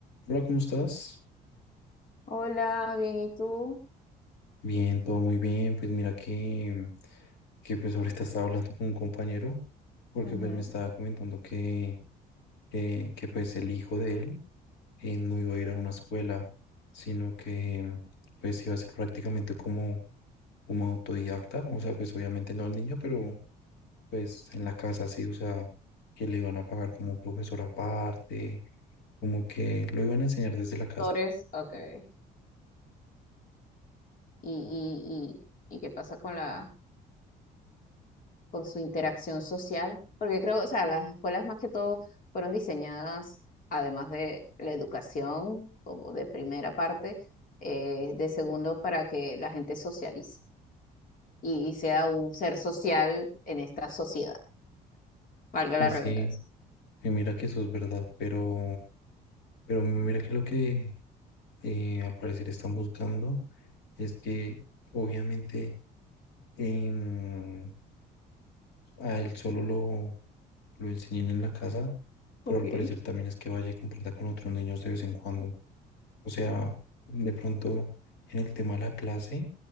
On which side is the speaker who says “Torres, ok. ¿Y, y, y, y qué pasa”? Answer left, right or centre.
Left